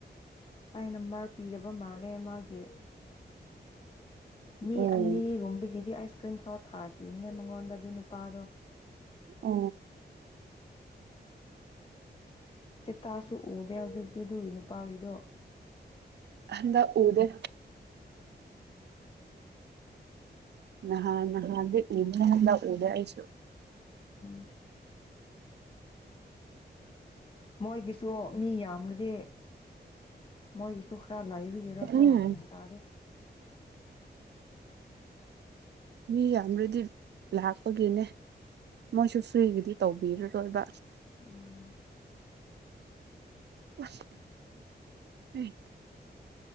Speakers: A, on the left; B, on the right.
A: ꯑꯩꯅ ꯃꯥꯔ ꯄꯤꯗꯕ ꯃꯥꯜꯂꯦ ꯃꯥꯒꯤ ꯃꯤ
B: ꯑꯣ
A: ꯑꯅꯤꯒꯨꯝꯕꯒꯤꯗꯤ ꯑꯁ ꯏꯁꯀ꯭ꯔꯤꯟ ꯁꯣꯠ ꯊꯥꯈꯤꯕꯅꯦ ꯃꯉꯣꯟꯗ ꯑꯗꯨ ꯅꯨꯄꯥꯗꯣ
B: ꯑ
A: ꯆꯇꯥꯁꯨ ꯎꯗꯦ ꯍꯧꯗꯤꯗꯨꯏ ꯅꯨꯄꯥꯒꯤꯗꯣ
B: ꯀꯗ ꯎꯗ ꯅꯍꯥꯟ ꯔꯦ ꯀ ꯗ ꯍꯥꯏꯁꯨ
A: ꯎ ꯃꯣꯏꯒꯤꯁꯨ ꯃꯤ ꯌꯥꯝꯒꯗꯤ ꯃꯣꯏ ꯁꯈꯔ ꯂꯏꯕꯤꯒꯦꯔ ꯀꯣꯒ
B: ꯎꯝ
A: ꯇꯗ
B: ꯃꯤ ꯌꯥꯝꯔꯗꯤ ꯂꯥꯛꯄꯒꯤꯅꯦ ꯃꯣꯏꯁꯨ ꯐ꯭ꯔꯤꯒꯤꯗꯤ ꯇꯧꯕꯤꯔ꯭ꯔꯦ ꯁꯣꯏꯕ
A: ꯑꯣ
B: ꯁ